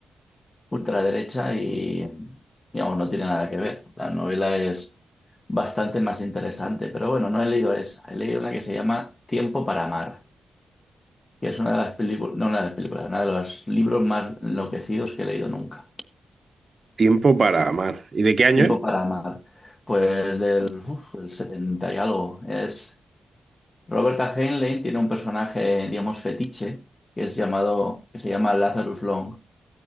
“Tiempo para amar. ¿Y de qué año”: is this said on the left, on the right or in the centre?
Right